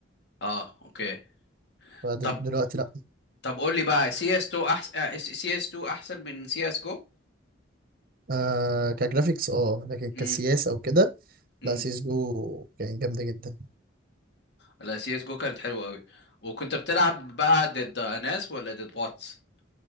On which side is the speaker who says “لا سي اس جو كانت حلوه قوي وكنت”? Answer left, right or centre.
Left